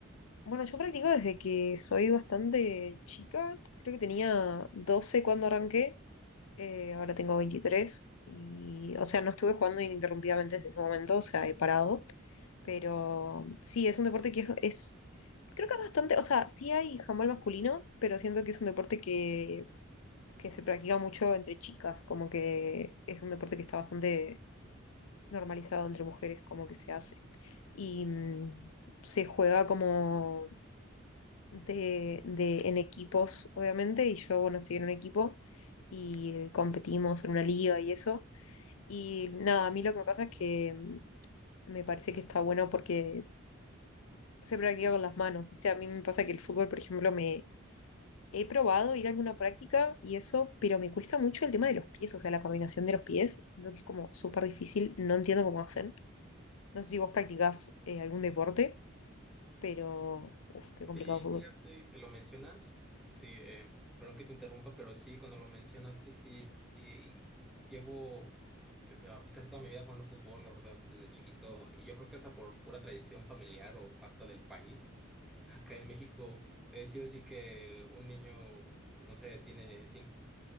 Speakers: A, on the left; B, in the centre.
A: bueno, yo practico desde que soy bastante chica. Creo que tenía 12 cuando arranqué. eh, ahora tengo 23 Y, o sea, no estuve jugando ininterrumpidamente desde ese momento, o sea, he parado. Pero sí, es un deporte que es, es- creo que es bastante, o sea, sí hay handball masculino, pero siento que es un deporte que, que se practica mucho entre chicas, como que es un deporte que está bastante normalizado entre mujeres, como que se hace. Y mm, se juega como de, de, en equipos, obviamente, y yo, bueno, estoy en un equipo y competimos en una liga y eso. Y nada, a mí lo que me pasa es que mm, me parece que está bueno porque se practica con las manos, ¿viste? A mí me pasa que el fútbol, por ejemplo, me he probado ir a alguna práctica y eso, pero me cuesta mucho el tema de los pies, o sea, la coordinación de los pies. Siento que es como súper difícil, no entiendo cómo hacen. No sé si vos practicás eh, algún deporte, pero, uff, qué
B: Sí,
A: complicado fútbol.
B: fíjate que lo mencionas, sí, eh, perdón que te interrumpa, pero sí, cuando lo mencionaste, sí, y llevo, que será, pues casi toda mi vida jugando fútbol, la verdad, desde chiquito, y yo creo que hasta por pura tradición familiar o hasta del país, <laughs> acá en México, he sido así que un niño, no sé, tiene cinco